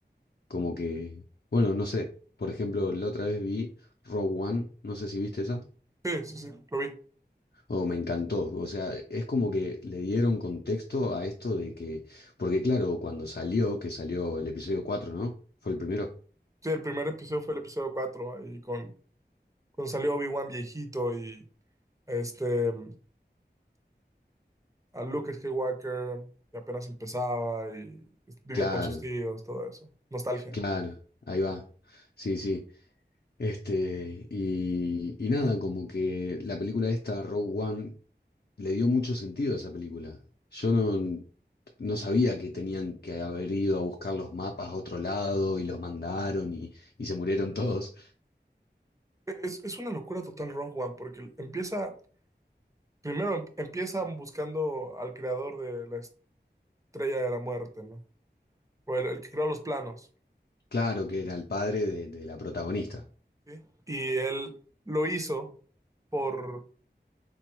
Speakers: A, on the left; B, on the right.
A: como que, bueno, no sé, por ejemplo, la otra vez vi Rogue One, no sé si viste esa.
B: sí, sí, sí. Lo vi.
A: o me encantó. O sea, es como que le dieron contexto a esto de que, porque claro, cuando salió, que salió el episodio cuatro ¿no? ¿Fue el primero?
B: Sí, el primer episodio fue el episodio 4 ahí con, cuando salió Obi-Wan viejito y este, mm, a Luke Skywalker, que apenas empezaba y vivía
A: Claro,
B: con sus tíos, todo eso. Nostalgia.
A: claro, ahí va. Sí, sí. Este, y, y nada, como que la película esta, Rogue One, le dio mucho sentido a esa película. Yo no, no sabía que tenían que haber ido a buscar los mapas a otro lado y los mandaron y, y se murieron todos.
B: Es, es una locura total Rogue One, porque empieza Primero em- empiezan buscando al creador de la estrella de la muerte, ¿no? O el, el que creó los planos.
A: Claro que era el padre de de la protagonista.
B: ¿sí? Y él lo hizo por,